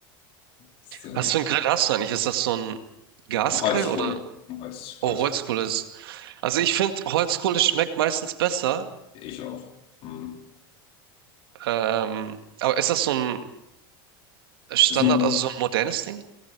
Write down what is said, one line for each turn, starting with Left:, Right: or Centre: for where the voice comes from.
Left: Sehr
Right: Was
Left: lieb.
Right: für einen Grill hast du eigentlich? Ist das so ein Gasgrill
Left: Holzkohle.
Right: oder?
Left: Holz,
Right: Oh,
Left: Holzkohle.
Right: Holzkohle ist. Also ich finde, Holzkohle schmeckt meistens besser.
Left: Ich auch. Hm.
Right: Ähm, aber ist das so ein Standard,
Left: Das ist ein,
Right: also so ein modernes Ding?